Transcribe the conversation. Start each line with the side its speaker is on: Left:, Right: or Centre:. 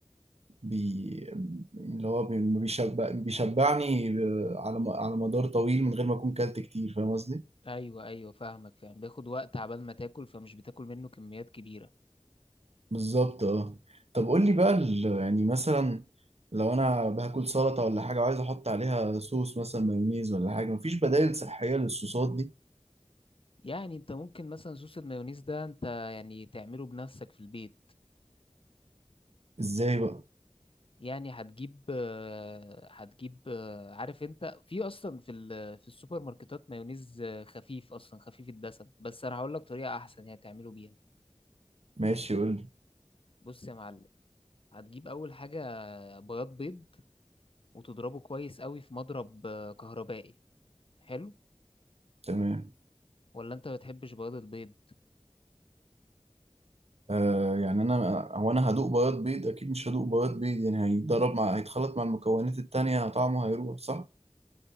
Right: بي اللي هو بي- بيشبع بيشبعني ب- على م- على مدار طويل من غير ما اكون كلت كتير فاهم قصدي
Left: ايوه ايوه فاهمك فاهم بياخد وقت عبال ما تاكل فمش بتاكل منه كميات كبيره
Right: بالظبط اه طب قول لي بقى ال- يعني مثلا لو انا باكل سلطه ولا حاجه وعايز احط عليها صوص مثلا مايونيز ولا حاجه مفيش بدائل صحيه للصوصات دي
Left: يعني انت ممكن مثلا صوص المايونيز ده انت يعني تعمله بنفسك في البيت
Right: ازاي بقى
Left: يعني هتجيب آه، هتجيب آه، عارف انت في اصلا في ال- في السوبر ماركتات مايونيز آه، خفيف اصلا خفيف الدسم بس انا هقول لك طريقه احسن يعني تعمله بيها
Right: ماشي قول لي
Left: بص يا معلم هتجيب اول حاجه بياض بيض وتضربه كويس قوي في مضرب آه، كهربائي حلو
Right: تمام
Left: ولا انت ما بتحبش بياض البيض
Right: آه يعني انا هو انا هدوق بياض بيض اكيد مش هدوق بياض بيض يعني هيتضرب مع هيتخلط مع المكونات التانية طعمه هيروح صح